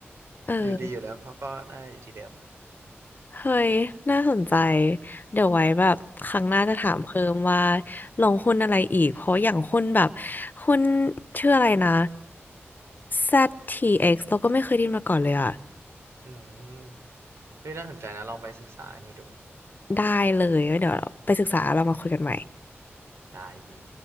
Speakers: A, on the left; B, on the right.
A: เออ
B: อยู่ดีอยู่แล้วเขาก็น่าจะอยู่ที่เดิม
A: เฮ้ย น่าสนใจ เดี๋ยวไว้แบบครั้งหน้าจะถามเพิ่มว่าลงหุ้นอะไรอีก เพราะอย่างหุ้นแบบหุ้นชื่ออะไรนะ ZTX เอ็กซ์เราก็ไม่เคยได้ยินมาก่อนเลยอะ
B: อืมเฮ้ยน่าสนใจนะลองไปศึกษานี่ดู
A: ได้เลยแล้วเดี๋ยวเราไปศึกษาเรามาคุยกันใหม่
B: ได้พี่